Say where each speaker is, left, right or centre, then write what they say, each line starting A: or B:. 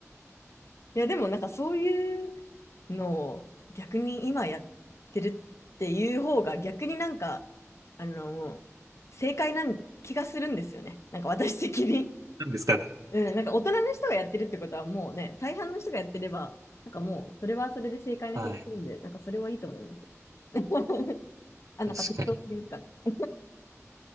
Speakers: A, on the left; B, on the right.
A: <laughs> いや、でもなんかそういうのを逆に今やってるっていう方が逆になんか、あの、正解な気がするんですよね。なんか私的に。<laughs>
B: な。なんですかね。
A: うん、なんか大人の人がやってるってことはもうね、大半の人がやってれば、なんかもうそれはそれで正解な気がするんで、
B: はい。
A: なんかそれはいいと思いますよ。<laughs> あ、
B: 確かに。
A: なんか適当すぎるから。